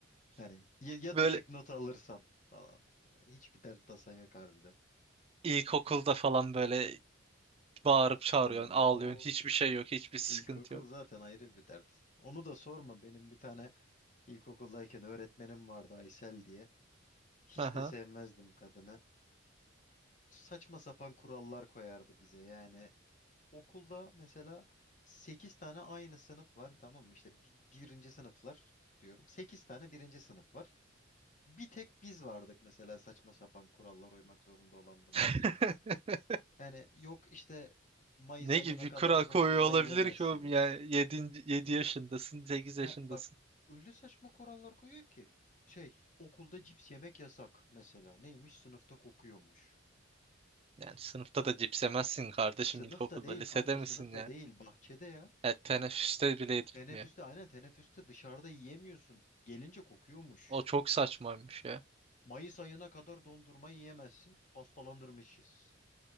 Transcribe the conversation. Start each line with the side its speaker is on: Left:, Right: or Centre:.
Left: Hani ya, ya
Right: Böyle
Left: düşük not alırsam falan. Yani hiçbir dert tasan yok harbiden.
Right: ilkokulda falan böyle bağırıp çağırıyorsun,
Left: Oho.
Right: ağlıyorsun. Hiçbir şey yok, hiçbir sıkıntı
Left: İlkokul
Right: yok.
Left: zaten ayrı bir dert. Onu da sorma. Benim bir tane ilkokuldayken öğretmenim vardı Aysel diye. Hiç
Right: Aha.
Left: de sevmezdim kadını. Saçma sapan kurallar koyardı bize yani. okulda mesela 8 tane aynı sınıf var tamam mı? İşte bi- birinci sınıflar diyorum. sekiz tane birinci sınıf var. Bir tek biz vardık mesela saçma sapan kurallar uymak zorunda olan bunun
Right: <laughs>
Left: yüzünden. Yani yok işte Mayıs
Right: Ne
Left: ayına
Right: gibi bir
Left: kadar
Right: kural koyuyor
Left: dondurma
Right: olabilir
Left: yiyemezsiniz.
Right: ki oğlum ya? yedi 7 yaşındasın, 8
Left: Ha
Right: yaşındasın.
Left: bak öyle saçma kurallar koyuyor ki şey okulda cips yemek yasak mesela. Neymiş sınıfta kokuyormuş.
Right: Yani sınıfta da cips yemezsin kardeşim
Left: Sınıfta
Right: ilkokulda.
Left: değil
Right: Lisede
Left: kanka
Right: misin
Left: sınıfta değil bahçede ya.
Right: Ya teneffüste bile yedirtmiyor.
Left: Teneffüste aynen teneffüste dışarıda yiyemiyorsun. Gelince kokuyormuş.
Right: O çok saçmaymış ya.
Left: Mayıs ayına kadar dondurma yiyemezsin. Hastalanırmışız.